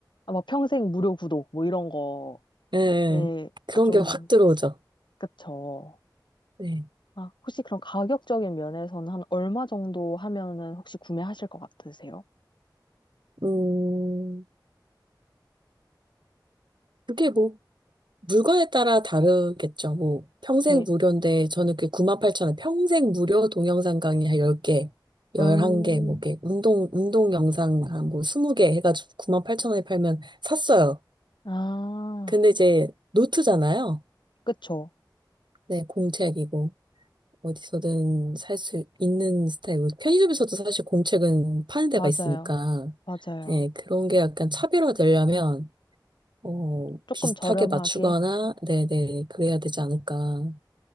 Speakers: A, on the left (about 80°); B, on the right (about 75°).
A: 아, 뭐 평생 무료 구독, 뭐 이런 거.
B: 예.
A: 에
B: 그런
A: 아, 좀,
B: 게 확 들어오죠.
A: 그쵸.
B: 네.
A: 아, 혹시 그럼 가격적인 면에서는 한 얼마 정도 하면은 혹시 구매하실 것 같으세요?
B: 음, 그게 뭐 물건에 따라 다르겠죠. 뭐, 평생
A: 네.
B: 무료인데, 저는 그 9 8천원 평생 무료 동영상 강의 한 10개, 11개,
A: 음,
B: 뭐, 이렇게, 운동, 운동 영상 한 뭐, 20개 해가지고 9 8천원에 팔면 샀어요.
A: 아,
B: 근데 이제, 노트잖아요.
A: 그쵸.
B: 네, 공책이고, 어디서든 살 수 있는 스타일이고, 편의점에서도 사실 공책은 파는 데가
A: 맞아요.
B: 있으니까,
A: 맞아요.
B: 네, 그런 게 약간 차별화되려면, 어,
A: 조금
B: 비슷하게
A: 저렴하게.
B: 맞추거나, 네네, 그래야 되지 않을까.